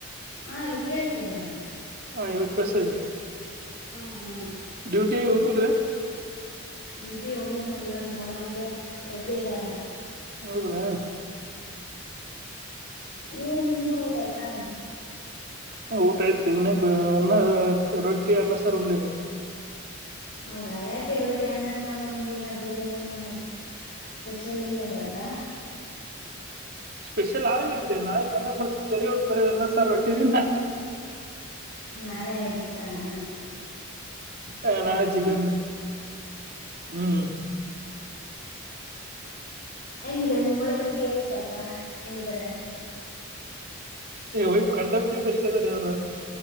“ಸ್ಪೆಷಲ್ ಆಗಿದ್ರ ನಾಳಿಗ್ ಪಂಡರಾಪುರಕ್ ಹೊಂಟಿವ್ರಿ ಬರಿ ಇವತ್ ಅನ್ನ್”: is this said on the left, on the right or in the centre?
Right